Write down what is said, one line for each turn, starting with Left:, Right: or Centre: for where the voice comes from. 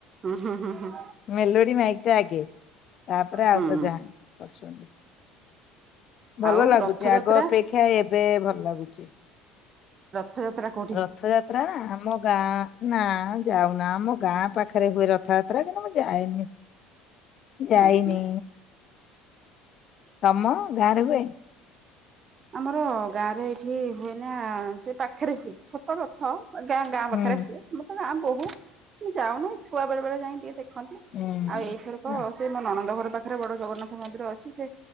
Right: ହୁଁ ହୁଁ ହୁଁ ହୁଁ।
Left: ମେଲୋଡି ମାଇକି ଟା ଆଗେ ତାପରେ
Right: ହୁଁ
Left: ଆଉ ତ
Right: ହୁଁ
Left: ଯାହା କରୁଛନ୍ତି। ଭଲ
Right: ଆଉ
Left: ଲାଗୁଚି
Right: ରଥଯାତ୍ରା
Left: ଆଗ ଅପେକ୍ଷା ଏବେ ଭଲ ଲାଗୁଛି।
Right: ରଥଯାତ୍ରା କୋ
Left: ରଥଯାତ୍ରା ଆମ ଗାଁ ନା ଯାଉନା ଆମ ଗାଁ ପାଖରେ ହୁଏ ରଥଯାତ୍ରା କିନ୍ତୁ ମୁଁ ଯାଏନି। ଯାଇନି
Right: ହୁଁ ହୁଁ
Left: ତମ ଗାଁରେ ହୁଏ?
Right: ଆମର ଗାଁ ରେ ଏଇଠି ହୁଏ ନା ସେ ପାଖରେ ହୁଏ ଛୋଟ ରଥ ଗାଁ ଗାଁ
Left: ହୁଁ।
Right: ପାଖରେ ହୁଏ ମୁଁ ତ ଗାଁ ବୋହୁ ଯାଉନୁ ଛୁଆ ବେଳେ ବେଳେ ଯାଇ ଟିକେ ଦେଖ ଖନ୍ତି
Left: ହୁଁ।
Right: ଆଉ ଏଇଥର ତ ସେ ମୋ ନଣନ୍ଦ ଘର ପାଖରେ ବଡ ଜଗନ୍ନାଥ ମନ୍ଦିର ଅଛି, ସେ